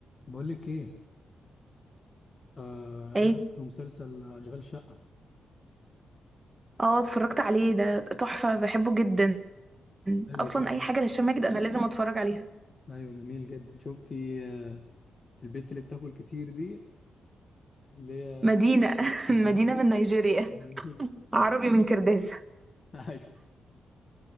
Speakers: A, on the left; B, on the right.
A: بقول لك ايه آه
B: ايه
A: ايه رايك في مسلسل اشغال شقه
B: اه اتفرجت عليه ده تحفة بحبه جدا
A: حلو
B: اصلا
A: جدا
B: اي حاجة لهشام ماجد انا لازم اتفرج عليها
A: ايوه جميل جدا شفتي آه البت اللي بتاكل كتير دي اللي هي
B: مدينة
A: <laughs>
B: <laughs>
A: آه،
B: مدينة من نيجيريا
A: منيلة.
B: عربي من كرداسة
A: ايوه